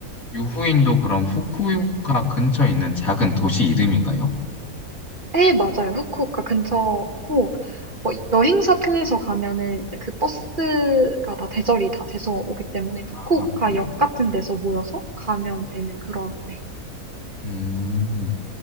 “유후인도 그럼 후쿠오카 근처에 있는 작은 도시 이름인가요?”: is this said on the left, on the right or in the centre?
Left